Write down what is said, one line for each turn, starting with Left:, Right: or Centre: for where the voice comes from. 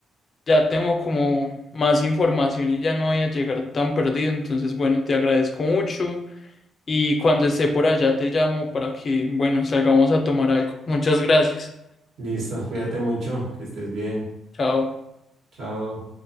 Left: ya tengo como más información y ya no voy a llegar tan perdido. Entonces, bueno, te agradezco mucho. Y cuando esté por allá te llamo para que, bueno, salgamos a tomar algo. Muchas gracias.
Right: Listo, cuídate mucho, que estés bien.
Left: Chao.
Right: Chao.